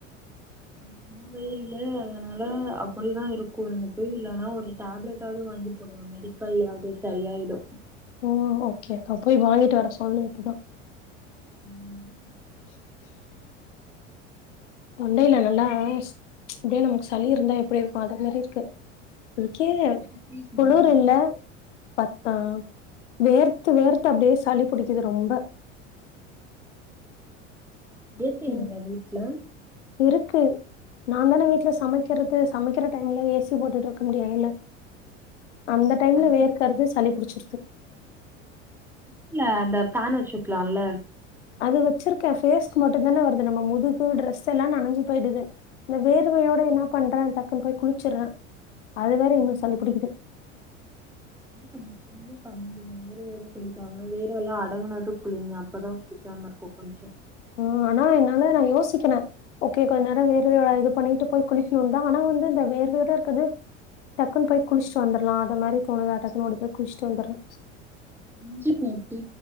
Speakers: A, in the centre; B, on the left (about 65°).
A: செம வெயில்லு அதனால அப்புடிதா இருக்கும் நீங்க போயி இல்லனா ஒரு டேப்லெட்டாவது வாங்கி போடுங்க மெடிக்கலேயாவது சரியாயிடும்
B: ஓ ஓகே போய் வாங்கிட்டு வர சொல்லணு இப்பதா
A: ம்
B: தொண்டையில நல்லா இப்டியே நமக்கு சளி இருந்தா எப்படி இருக்கும் அது மாரி இருக்கு இதுக்கே
A: கொஞ்சம் டீ குடிங்க.
B: குளூர் இல்ல பத் ஆ வேர்த்து வேர்த்து அப்டியே சளி புடிக்கிது ரொம்ப
A: ஏசி இல்லயா
B: ம்
A: வீட்ல
B: இருக்கு நான் தான வீட்ல சமைக்கிறது சமைக்கிற டைம்ல ஏசி போட்டுட்டு இருக்க முடியாதுல்ல அந்த டைம்ல
A: அது
B: வேர்க்கறது சளி புடிச்சிருது
A: இல்ல அந்த ஃபேன் வச்சுக்கலாம்ல
B: அது வச்சிருக்க பேஸ்கு மட்டும் தான வருது நம்ம முதுகு டிரெஸ் எல்லாம் நெனஞ்சு போயிடுது இந்த வேர்வையோட என்ன பண்ற டக்குன் போய் குளிச்சிட்ற அது வேற இன்னும் சளி பிடிக்குது
A: ம் நீ பண்றீங்க வேர்வயோட குளிப்பாங்கா வேர்வ எல்லாம் அடங்குனது குளிங்க அப்பதா புடிக்காம இருக்கும் கொஞ்சோ
B: ஆ ஆனா என்னனா நா யோசிக்கன ஓகே கொஞ்ச நேரம் வேர்வையோட இது பண்ணிட்டு போய் குளிக்கணும் தான் ஆனா வந்து இந்த வேர்வையோட இருக்குறது டக்குனு போய் குளிச்சிட்டு வந்துர்லாம் அது மாரிதோணுதா டக்குனு ஓடி போய் குளிச்சிட்டு வந்துட்ற
A: இஞ்சி போட்டு